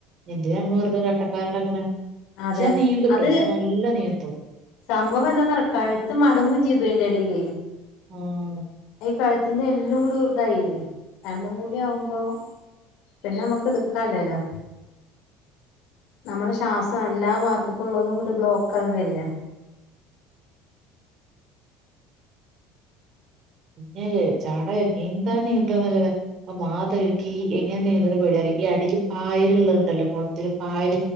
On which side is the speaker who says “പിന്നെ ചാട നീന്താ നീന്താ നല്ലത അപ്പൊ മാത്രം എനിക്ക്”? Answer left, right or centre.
Right